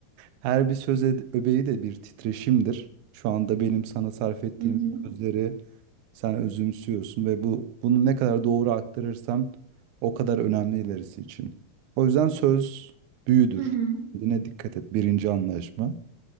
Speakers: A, on the right; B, on the right.
A: Her bir söz ed- öbeği de bir titreşimdir. Şu anda benim sana sarf ettiğim
B: Hı hı.
A: sözleri sen özümsüyorsun ve bu bunu ne kadar doğru aktarırsam o kadar önemli ilerisi için. O yüzden söz büyüdür.
B: Hı hı.
A: Kendine dikkat et. Birinci anlaşma.